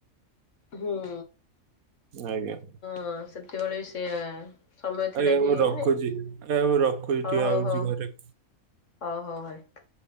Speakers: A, on the left; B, on the right.
A: ହୁଁ।
B: ଆଜ୍ଞା।
A: ହଁ ସେତେ ବେଳେ ବି ସେୟା। ସମୟ ଥିଲା
B: ଆଜ୍ଞା
A: କି
B: ମୁଁ ରଖୁଛି
A: ମାନେ
B: ଆଜ୍ଞା ମୁଁ ରଖୁଛି
A: ହଉ
B: ଟିକେ
A: ହଉ
B: ଆଉଛି
A: ହଉ
B: ଘରେ।
A: ହଉ ହଉ ଭାଇ।